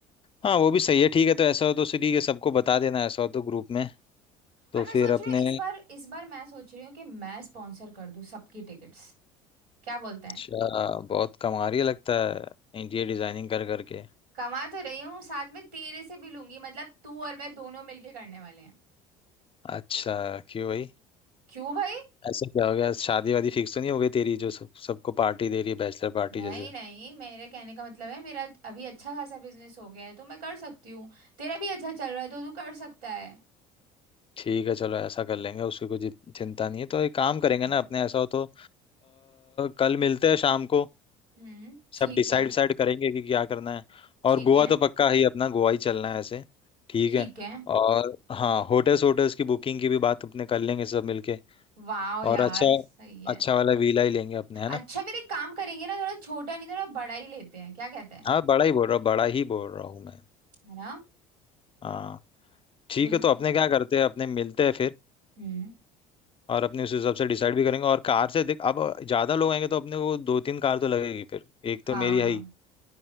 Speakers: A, on the left (about 30°); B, on the right (about 85°).
A: हाँ वो भी सही है ठीक है तो ऐसा हो तो ठीक है सबको बता देना ऐसा हो तो ग्रुप में तो
B: और मैं
A: फिर
B: सोच
A: अपने
B: रही हूँ इस बार इस बार मैं सोच रही हूँ कि मैं स्पॉन्सर कर दूँ सबकी टिकट्स क्या बोलते
A: अच्छा
B: हैं
A: बहुत कमा रही है लगता है इंटीरियर डिजाइनिंग कर करके
B: कमा तो रही हूँ साथ में तेरे से भी लूंगी मतलब तू और मैं दोनों मिलके करने वाले हैं
A: अच्छा क्यों भाई
B: क्यों भाई
A: ऐसा क्या हो गया शादी वादी फिक्स तो नहीं हो गई तेरी जो सब सबको पार्टी दे रही है बैचलर पार्टी
B: नहीं
A: जैसे
B: नहीं मेरे कहने का मतलब है मेरा अभी अच्छा खासा बिजनेस हो गया है तो मैं कर सकती हूँ तेरा भी अच्छा चल रहा है तो तू कर सकता है
A: ठीक है चलो ऐसा कर लेंगे उसकी कोई चिं- चिंता नहीं है तो एक काम करेंगे
B: हम्म।
A: ना अपने ऐसा हो तो आ, कल मिलते हैं शाम को
B: हम्म ठीक
A: सब डिसाइड
B: है
A: डिसाइड करेंगे कि क्या करना है और
B: ठीक
A: गोवा
B: है
A: तो पक्का ही अपना गोवा ही चलना है ऐसे ठीक
B: ठीक
A: है
B: है
A: और हाँ होटल्स होटल्स की बुकिंग की भी बात अपने कर लेंगे सब मिलके
B: वाह
A: और
B: यार
A: अच्छा
B: सही है
A: अच्छा वाला वीला ही लेंगे अपने है ना
B: अच्छा फिर एक काम करेंगे ना थोड़ा छोटा नहीं थोड़ा बड़ा ही लेते हैं क्या कहते हैं
A: हाँ बड़ा ही बोल रहा हूँ बड़ा ही बोल रहा हूँ मैं
B: है ना
A: हाँ ठीक
B: थोड़ी
A: है तो
B: कोई
A: अपने क्या करते हैं अपने मिलते हैं फिर
B: हम्म
A: और अपने उस हिसाब से डिसाइड भी करेंगे और कार से देख अब ज्यादा लोग आएंगे तो अपने को दो तीन कार तो लगेगी फिर एक
B: हाँ
A: तो मेरी है ही